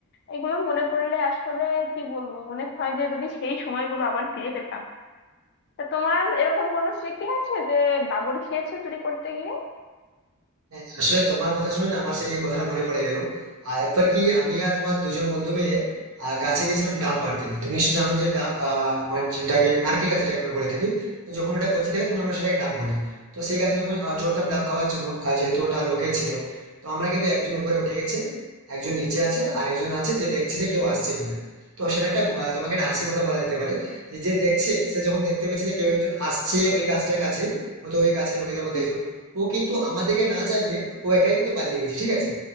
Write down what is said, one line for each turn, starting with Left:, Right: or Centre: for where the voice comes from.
Left: এগুলো মনে পড়লে আসলে কি বলবো মনে হয় যে যদি সেই সময়গুলো আবার ফিরে পেতাম তা তোমার এরকম কোনো স্মৃতি আছে যে দাবড় খেয়েছো চুরি করতে গিয়ে
Right: হ্যাঁ, আসলে তোমার কথা শুনে না আমার সেই কথাটা মনে পড়ে গেল আর একবার কি আমি আর আমার দুজন বন্ধু মিলে আহ, গাছে গেছিলাম ডাব পাড়তে তুমি নিশ্চয়ই জানো যে ডাব আহ, মানে যেটাকে নারকেল গাছ যেটাকে আমরা বলে থাকি তো যখন ওটা কচি থাকে তখন আমরা সেটাকে ডাব বলি তো সেই গাছে যখন আহ, চড়তাম ডাব খাওয়ার জন্য আহ, যেহেতু ওটা লোকে ছিল তো আমরা কিন্তু একজন উপরে উঠে গেছে একজন নিচে আছে আর একজন আছে যে দেখছে যে কেউ আসছে কিনা তো সেটা একটা আহ, তোমাকে একটা হাসির কথা বলা যেতে পারে যে যে দেখছে সে যখন দেখতে পেয়েছে যে কেউ একজন আসছে ওই গাছটার কাছে হয়তো ওই গাছের লোকেদের মধ্যে
Left: হুম
Right: একজন ও কিন্তু আমাদেরকে না জানিয়ে ও একাই কিন্তু পালিয়ে গেছে ঠিক আছে